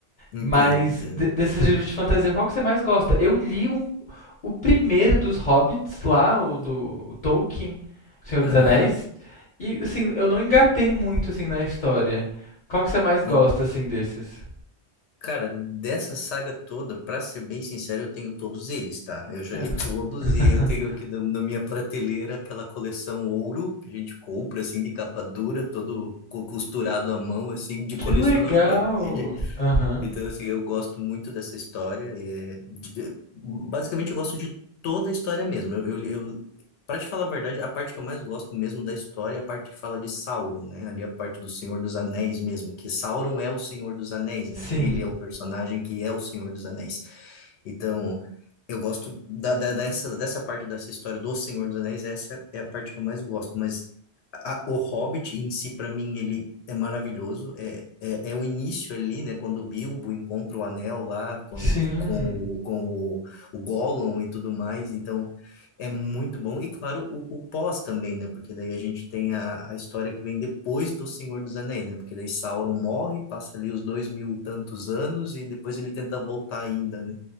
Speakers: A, on the left (about 80°); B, on the left (about 50°).
A: Entendo,
B: Mas
A: entendo,
B: de-
A: entendo.
B: desses livros de fantasia, qual que você mais gosta? Eu li um, o primeiro dos Hobbits lá, o do o Tolkien, O Senhor
A: Aham.
B: dos Anéis. E, assim, eu não engatei muito, assim, na história. Qual que você mais gosta,
A: En-
B: assim, desses?
A: Cara, dessa saga toda, pra ser bem sincero, eu tenho todos eles, tá? Eu já
B: É.
A: li <laughs> todos
B: <laughs>
A: e eu tenho aqui na, na minha prateleira aquela coleção ouro que a gente compra, assim, de capa dura, todo co- costurado à mão, assim, de
B: Que
A: colecionador,
B: legal!
A: entende?
B: Aham.
A: Então, assim, eu gosto muito dessa história. é, de- é, basicamente, eu gosto de toda a história mesmo. Eu, eu, eu, para te falar a verdade, a parte que eu mais gosto mesmo da história é a parte que fala de Sauron, né? Ali a parte do Senhor dos Anéis mesmo, que Sauron é o Senhor dos Anéis,
B: Sim,
A: né? Ele é o personagem que é o Senhor dos Anéis. Então, eu gosto da, da- dessa, dessa parte dessa história do Senhor dos Anéis, essa é a parte que eu mais gosto. Mas a- o Hobbit em si, para mim, ele é maravilhoso. É, é, é o início ali, né? Quando o Bilbo encontra o anel lá com,
B: sim,
A: com, com, o, com o, o Gollum e tudo mais. Então, é muito bom. E, claro, o, o pós também, né? Porque daí a gente tem a, a história que vem depois do Senhor dos Anéis, né? Porque daí Sauron morre, passa ali os dois mil e tantos anos e depois ele tenta voltar ainda, né?